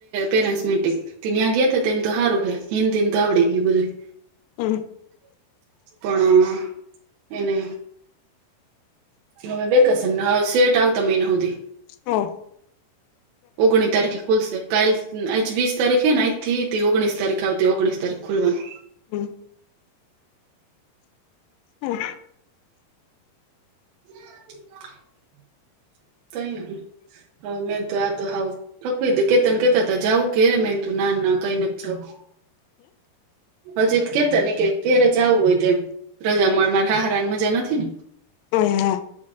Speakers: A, on the right; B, on the left.
A: પેરેન્ટ્સ મીટિંગ. તન આ ગયા તો તેમમ તો સારું હિન દિન તો આવડીે ગયું બધુય.
B: હમ
A: <inaudible> પણ <inaudible> એને હવે વેકેશન હા સેટ આવતા મહિના સુધી.
B: હા
A: ઓગણી તારીખે ખુલસે કાલ આ વીસ તારીખેને આજથી તે ઓગણીસ તારીખ આવતી ઓગણીસ તારીખ ખોલવાનું.
B: હમ હમ
A: <inaudible> તઈ <unintelligible> તો આ તો હાવ ફકવી દે કેતન કેતા હતા જવું કે ર મે એ તું ના ના કઈ નથ જાવું. અજીત કેતા ને કે ઘેરે જાવું હોય તેમ રજા મળવા માં સાસરા ને મજા નથી ને,
B: ઓ હા